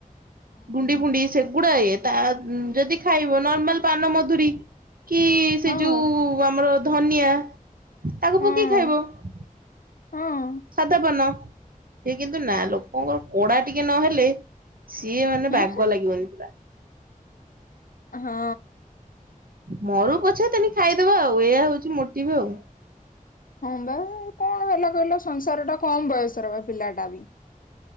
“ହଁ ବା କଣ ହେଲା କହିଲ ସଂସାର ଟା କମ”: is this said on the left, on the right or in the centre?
Left